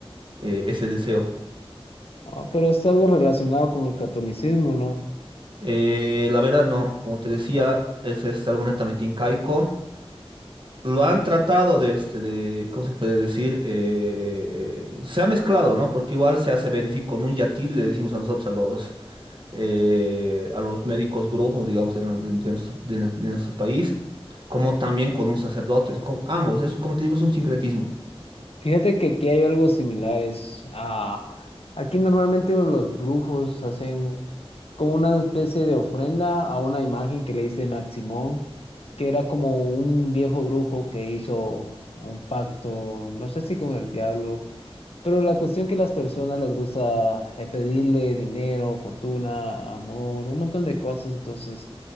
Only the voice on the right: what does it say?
eh, ese deseo.
Eh, la verdad no, como te decía, es, es algo netamente incaico. Lo han tratado de, este, de, ¿cómo se puede decir? Eh, se ha mezclado, ¿no? Porque igual se hace bendecir con un yatil, le decimos a nosotros, a los, eh, a los médicos brujos, digamos, de, nos- de- de nuestro, de nos- de nuestro país, como también con un sacerdote. Es como- ambos, eso como te digo, es un sincretismo.